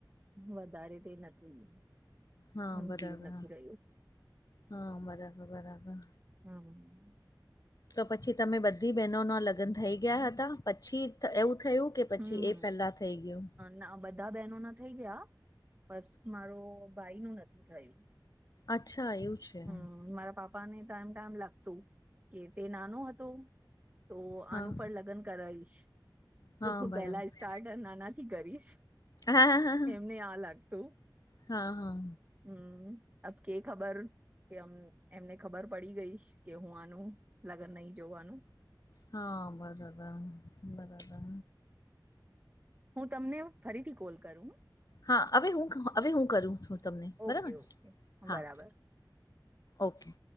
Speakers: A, on the right (about 25°); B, on the left (about 50°).
A: વધારે તે નથી,
B: હા
A: હમ્મ
B: બરાબર
A: જીવ નથી રહ્યું.
B: હા, બરાબર બરાબર.
A: હમ્મ.
B: તો પછી તમે બધી બહેનોના લગ્ન થઈ ગયા હતા? પછી એવું થયું? કે પછી
A: હમ હમ
B: એ પેલા થઈ ગયું?
A: ના બધા બહેનો ના થઈ ગયા, બસ મારો ભાઈ નુ નથી થઇ.
B: અચ્છા એવું છે.
A: હમ્મ,
B: હમ
A: મારા પાપા ને ટાઈમ ટાઈમ લાગતું કે તે નાનુ હતો, તો
B: હા
A: આનું પણ લગ્ન કરાઈશ. તો
B: હા
A: હું
B: બરાબર
A: પેલા સ્ટાર્ટર નાના થી કરીશ,
B: હા હા
A: એમને આ લાગતું.
B: હા હા.
A: હમ્મ, અબ કે ખબર કે અમ એમને ખબર પડી ગઈશ, કે હું આનું લગન નહી જોવાનું.
B: હા <unintelligible> બરાબર.
A: હું તમને હુ ફરીથી કોલ કરું.
B: હા હવે હું, હવે હું કરું છું તમને, બરાબર
A: ઓકે ઓકે
B: હા.
A: બરાબર
B: ઓકે.